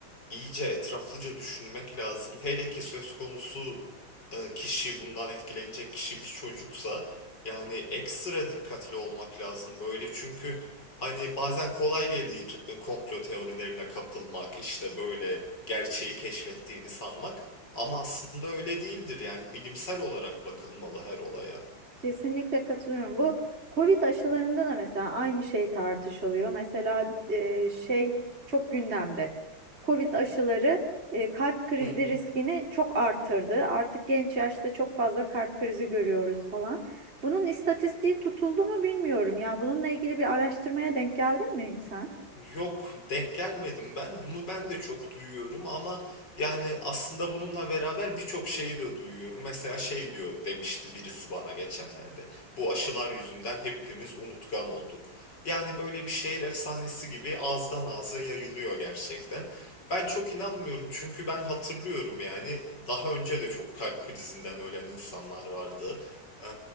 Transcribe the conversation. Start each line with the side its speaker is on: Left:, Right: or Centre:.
Left: iyice etraflıca düşünmek lazım. Hele ki söz konusu e, kişi bundan etkilenecek kişi bir çocuksa yani ekstra dikkatli olmak lazım böyle çünkü hani bazen kolay gelir e, komplo teorilerine kapılmak işte böyle gerçeği keşfettiğini sanmak ama aslında öyle değildir yani bilimsel olarak bakılmalı her olaya.
Right: Kesinlikle katılıyorum. Bu Covid aşılarında da mesela aynı şey tartışılıyor. Mesela e, şey çok gündemde. Covid aşıları e, kalp krizi
Left: Hı hı.
Right: riskini çok arttırdı. Artık genç yaşta çok fazla kalp krizi görüyoruz falan. Bunun istatistiği tutuldu mu bilmiyorum. Ya bununla ilgili bir araştırmaya denk geldin mi hiç sen?
Left: Yok denk gelmedim ben. Bunu ben de çok duyuyorum ama yani aslında bununla beraber birçok şeyi de duyuyorum. Mesela şey diyor demişti birisi bana geçenlerde. Bu aşılar yüzünden hepimiz unutkan olduk. Yani böyle bir şehir efsanesi gibi ağızdan ağza yayılıyor gerçekten. Ben çok inanmıyorum çünkü ben hatırlıyorum yani daha önce de çok kalp krizinden ölen insanlar vardı. Ee,